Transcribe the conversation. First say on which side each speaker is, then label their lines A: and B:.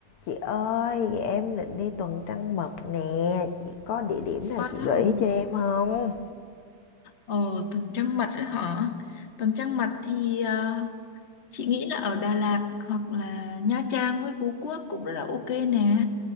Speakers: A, on the left; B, on the left.
A: Chị ơi, em định đi tuần trăng mật nè, chị có địa điểm nào
B: Wow.
A: chị gợi ý cho em không?
B: Ồ, tuần trăng mật ấy hả? Tuần trăng mật thì ờ, chị nghĩ là ở Đà Lạt hoặc là Nha Trang với Phú Quốc cũng rất là ok nè.